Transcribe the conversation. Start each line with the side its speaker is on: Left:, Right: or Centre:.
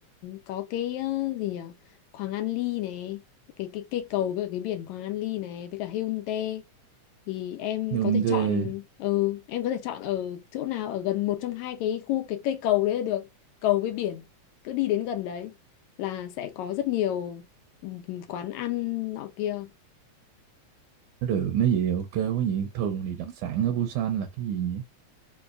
Left: có cái ờ, gì nhỉ Quảng An Ly này cái cái cây cầu với cả cái biển Quảng An Ly này với cả Haeundae thì em
Right: nhưng
Left: có thể chọn
Right: thế
Left: ừ, em có thể chọn ở chỗ nào ở gần một trong hai cái khu cái cây cầu đấy là được cầu với biển cứ đi đến gần đấy là sẽ có rất nhiều ừ, quán ăn nọ kia
Right: nó được nói vậy thì ok quá nhỉ thường thì đặc sản ở Busan là cái gì nhỉ